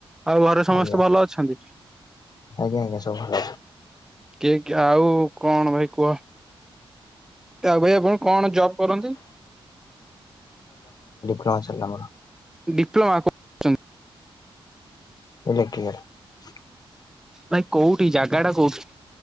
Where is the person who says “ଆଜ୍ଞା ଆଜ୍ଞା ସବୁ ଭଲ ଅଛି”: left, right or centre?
Left